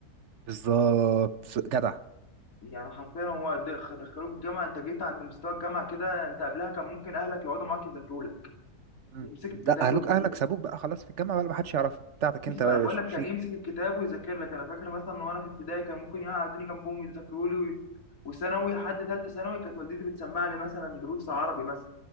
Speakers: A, on the right (about 55°); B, on the left (about 60°).
A: بالظبط جدع
B: يعني حرفيا هو دخ- دخلوك الجامعه انت جيت عند مستوى الجامعه كده انت قبلها كان ممكن اهلك يقعدوا معاك يذاكروا لك
A: مم.
B: يمسك
A: لا
B: الكتاب
A: اهلك
B: ويذاكر
A: اهلك سابوك بقى خلاص في الجامعة بقى ما حدش يعرفك بتاعتك
B: يمسك-
A: انت بقى
B: انا
A: يا
B: بقول
A: باشا
B: لك
A: شيل
B: كان يمسك الكتاب ويذاكر لك انا فاكر مثلا وانا في ابتدائي كان ممكن يقعدوني جنبهم يذاكروا لي و- وثانوي لحد ثالثه ثانوي كانت والدتي بتسمع لي مثلا دروس عربي مثلا